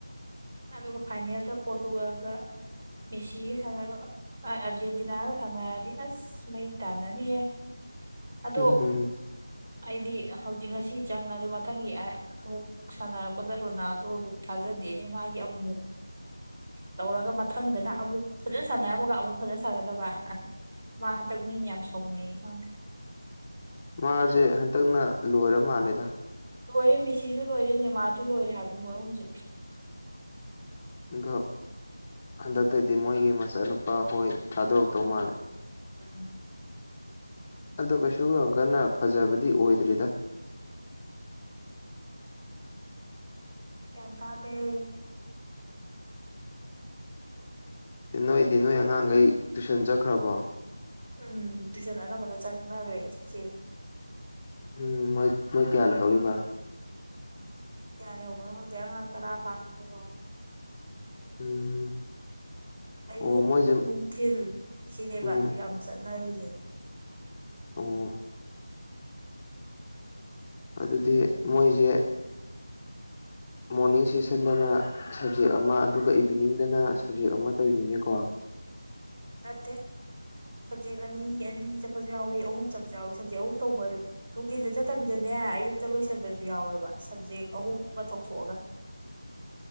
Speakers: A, on the right; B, on the left.
A: ꯑꯗꯨꯒ ꯐꯥꯏꯅꯦꯜꯗ ꯄꯣꯔꯇꯨꯒꯥꯜꯗ ꯃꯦꯁꯤꯒ ꯁꯥꯟꯅꯕ ꯑ ꯑꯥꯔꯖꯦꯟꯇꯤꯅꯥꯒ ꯁꯥꯟꯅꯔꯗꯤ ꯑꯁ ꯃꯩ ꯇꯥꯟꯅꯅꯤꯌꯦ ꯑꯗꯣ
B: ꯎꯝ
A: ꯑꯩꯗꯤ ꯍꯧꯖꯤꯛ ꯉꯁꯤ ꯆꯪꯉꯁꯨ ꯃꯊꯪꯒꯤ ꯑꯃꯨꯛ ꯁꯥꯟꯅꯔꯛꯄꯗ ꯔꯣꯅꯥꯗꯣ ꯑꯗꯨ ꯊꯥꯖꯗꯦꯅꯦ ꯃꯥꯒꯤ ꯑꯃꯨꯛꯃꯨꯛ ꯇꯧꯔꯒ ꯃꯊꯪꯗꯅ ꯑꯃꯨꯛ ꯐꯖꯅ ꯁꯥꯟꯅꯔꯝꯃꯒ ꯑꯃꯨꯛ ꯐꯖꯅ ꯁꯥꯟꯅꯗꯕ ꯃꯥ ꯍꯟꯗꯛ ꯃꯤꯅ ꯌꯥꯝ ꯁꯥꯎꯅꯩꯌꯦ ꯈꯪꯗꯦ
B: ꯃꯥꯁꯦ
A: ꯐꯖꯅ
B: ꯍꯟꯇꯛꯅ ꯂꯣꯏꯔ ꯃꯥꯜꯂꯦꯗ
A: ꯂꯣꯏꯔꯦ ꯃꯤꯦꯁꯤꯁꯨ ꯂꯣꯏꯔꯦ ꯅꯦꯃꯥꯖꯁꯨ ꯂꯣꯏꯔꯦ ꯍꯥꯏꯕꯅꯤ ꯃꯣꯏ ꯑꯍꯨꯝꯁꯦ
B: ꯑꯗꯣ ꯍꯟꯗꯛꯇꯗꯤ ꯃꯣꯏꯒꯤ ꯃꯆꯥꯅꯨꯄꯥ ꯍꯣꯏ ꯊꯥꯗꯣꯔꯛꯇꯧ ꯃꯥꯜꯂꯦ
A: ꯎꯝ
B: ꯑꯗ ꯀꯩꯁꯨ ꯌꯥꯝ ꯀꯟꯅ ꯐꯖꯕꯗꯤ ꯑꯣꯏꯗ꯭ꯔꯤꯗ
A: ꯒ꯭ꯌꯥꯟ ꯇꯥꯗꯦ
B: ꯅꯣꯏꯗꯤ ꯅꯣꯏ ꯑꯉꯥꯡꯈꯩ ꯇꯨꯏꯁꯟ ꯆꯠꯈ꯭ꯔꯕꯣ
A: ꯎꯝ ꯇꯨꯏꯁꯟ ꯑꯅꯝꯕꯅ ꯆꯠꯅꯈ꯭ꯔꯦ ꯏꯆꯦꯁꯦ
B: ꯎꯝ ꯃꯣꯏ ꯃꯣꯏ ꯀꯌꯥ ꯂꯩꯍꯧꯔꯤꯕ
A: ꯀꯌꯥ ꯂꯩꯍꯧꯕꯅꯣ ꯈꯪꯗꯦ ꯑꯉꯥꯡ ꯇꯔꯥ ꯐꯅꯥ ꯂꯩꯔꯝꯃꯣꯢ
B: ꯎꯝ
A: ꯑꯌꯨꯛ
B: ꯑꯣ ꯃꯣꯏꯁꯦ
A: ꯅꯨꯡꯊꯤꯜ ꯁꯤꯅꯦꯕ
B: ꯎꯝ
A: ꯌꯥꯝ ꯆꯠꯅꯔꯤꯁꯦ
B: ꯑꯣ ꯑꯗꯨꯗꯤ ꯃꯣꯏꯁꯦ ꯃꯣꯔꯅꯤꯡ ꯁꯦꯁꯟꯗꯅ ꯁꯕꯖꯦꯛ ꯑꯃ ꯑꯗꯨꯒ ꯏꯚꯤꯅꯤꯡꯗꯅ ꯁꯕꯖꯦꯛ ꯑꯃ ꯇꯧꯔꯤꯅꯤꯅꯦꯀꯣ
A: ꯅꯠꯇꯦ ꯁꯕꯖꯦꯛ ꯑꯅꯤ ꯑꯅꯤ ꯆꯠꯄꯁꯨ ꯌꯥꯎꯏ ꯑꯍꯨꯝ ꯆꯠꯄꯁꯨ ꯌꯥꯎꯏ ꯁꯞꯖꯦꯛ ꯑꯍꯨꯝ ꯇꯧꯕ ꯅꯨꯡꯊꯤꯟꯗ ꯆꯠꯇꯕꯤꯗꯅꯦ ꯑꯌꯨꯛꯇ ꯂꯣꯏꯁꯤꯟꯕꯁꯨ ꯌꯥꯎꯋꯦꯕ ꯁꯕꯖꯦꯛ ꯑꯍꯨꯝꯒ ꯇꯧꯊꯣꯛꯑꯒ
B: ꯎꯝ <unintelligible>